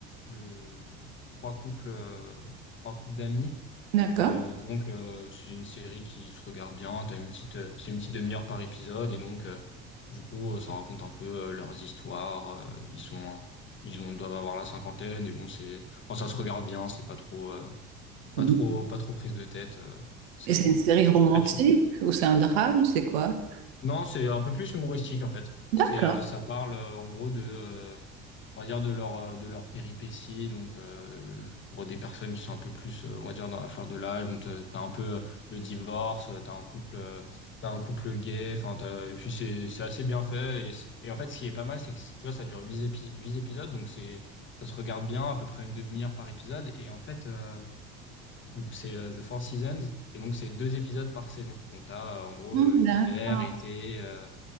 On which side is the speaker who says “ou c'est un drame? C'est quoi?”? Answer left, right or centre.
Right